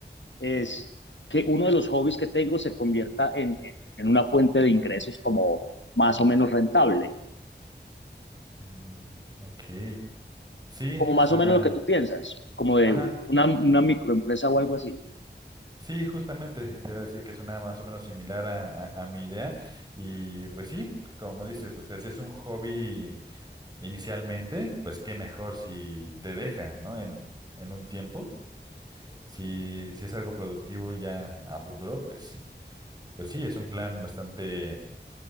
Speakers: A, on the left; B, on the right.
A: es que uno de los hobbies que tengo se convierta en, en, en una fuente de ingresos como más o menos rentable,
B: Mm, ok, sí,
A: como más
B: suena,
A: o menos lo que tú piensas, como de
B: ajá,
A: una, una microempresa o algo así.
B: sí, justamente te iba a decir que suena más o menos similar a, a- a mi idea y pues sí, como dices, o sea, si es un hobby inicialmente, pues qué mejor si te deja, ¿no? En, en un tiempo. Si, si es algo productivo ya a futuro, pues, pues sí, es un plan bastante